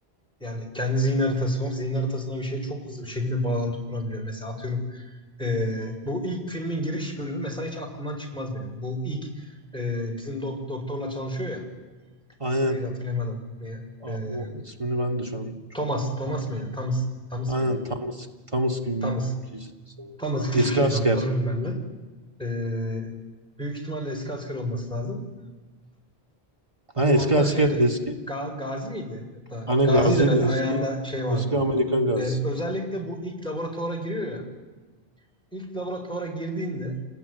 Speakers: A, in the centre; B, on the right (about 30°).
A: Yani kendi zihin haritası var. Zihin haritasına bir şeye çok hızlı bir şekilde bağlantı kurabiliyor. Mesela atıyorum e, bu ilk filmin giriş bölümü mesela hiç aklımdan çıkmaz benim. Bu ilk e, bizim dok- doktorla çalışıyor ya.
B: Aynen.
A: İsmi neydi hatırlayamadım. E,
B: Aa,
A: e,
B: o ismini ben de şu an çok
A: Thomas. Thomas
B: hatırlamıyorum.
A: mıydı? Thomas. Thomas
B: Aynen
A: mıydı?
B: Thomas, Thomas gibi
A: Thomas.
B: birisi sanırım.
A: Thomas gibi
B: Eski
A: bir şeydi
B: asker.
A: hatırlamıyorum ben de. Ee, büyük ihtimalle eski asker olması lazım.
B: Ha,
A: Bu
B: eski
A: hatta
B: asker
A: şeyde
B: eski.
A: Ga- Gazi miydi? Hatta
B: Hani
A: Gazi'ydi
B: gaziydi
A: herhalde ayağında
B: eski.
A: şey vardı.
B: Eski Amerikan gazisi.
A: Ee, özellikle bu ilk laboratuvara giriyor ya. İlk laboratuvara girdiğinde